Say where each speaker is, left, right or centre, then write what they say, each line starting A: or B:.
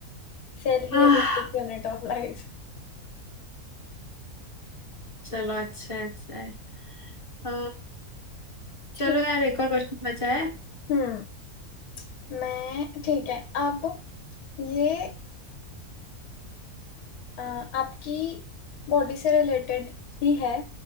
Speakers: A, on the left (about 80°); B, on the left (about 30°).
A: सेल
B: आह
A: ही है बेसिक यूनिट ऑफ लाइफ
B: चलो अच्छा है, अच्छा है अ, चलो
A: ठीक
B: यार एक
A: है
B: और क्वेश्चन बचा है
A: हम्म मैं ठीक है अब ये अ, आपकी बॉडी से रिलेटेड ही है